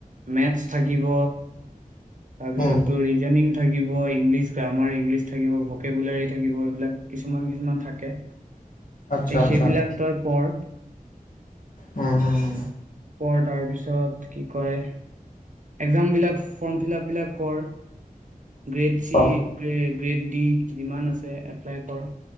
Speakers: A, on the right; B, on the left.
A: মেথছ থাকিব। তাৰপিছত
B: উম
A: তোৰ ৰিজনিং থাক ইংলিছ গ্ৰামাৰ ইংলিছ থাকিব ভকেকুলাৰী থাকিব এইবিলাক কিছুমান কিছুমান থাকে।
B: আচ্ছা
A: তে
B: আচ্ছা
A: সেইবিলাক তই পঢৰ
B: উম, হম, হম।
A: কৰ তাৰপিছত কি কয়, একজামবিলাক ফৰ্মফিলাপ বিলাক কৰ। গ্ৰেড
B: উম
A: চি গ্ৰে গ্ৰেড ডি যিমান আছে এপ্লাই কৰ।